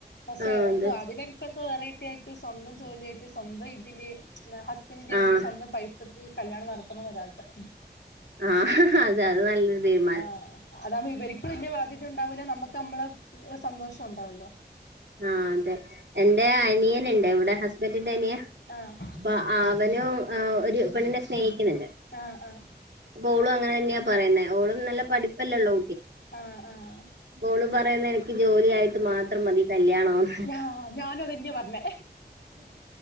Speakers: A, on the left; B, on the right.
A: പക്ഷെ
B: ആ
A: എന്തോ
B: അതെ
A: അതിന് ഇക്ക വെറൈറ്റി ആയിട്ട് സ്വന്തം ജോലിയായിട്ട് സ്വന്തം ഇതില് ന്താ ഹസ്ബൻഡിന്റെ എന്റെ
B: ആഹ്
A: സ്വന്തം പൈസ കല്യാണം നടത്തണം എന്നോരാഗ്രഹം
B: ആഹ് അതെ അത് നല്ലോരു തീരു
A: ആഹ് അതാകുമ്പോ ഇവർക്ക് വല്യ ബാധ്യത ഉണ്ടാവൂല്ല നമ്മുക്ക് നമ്മടെ സന്തോഷം ഉണ്ടാവല്ലോ
B: ആഹ് അതെ എന്റെ അനിയനുണ്ട് ഇവിടെ ഹസ്ബൻഡിന്റെ അനിയൻ
A: ആഹ്
B: അപ്പ അവനും ഒരു പെണ്ണിനെ സ്നേഹിക്കുന്നുണ്ട്
A: ആഹ് ആഹ്
B: അപ്പൊ ഓളും അങ്ങനെ തന്നെയാ പറയുന്നത് ഓളും നല്ല പഠിപ്പല്ലള്ളു
A: ആഹ് ആഹ്
B: ഓള് പറയുന്ന എനക്ക് ജോലി ആയിട്ട് മാത്രം മതി കല്യാണം
A: ആഹ് ഞാനും അതെന്നാ പറഞ്ഞെ